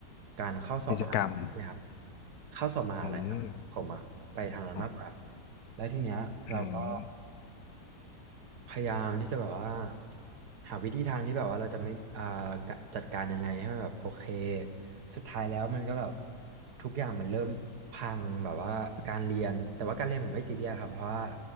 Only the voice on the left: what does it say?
กิจกรรม
อืมอ๋อ
อืม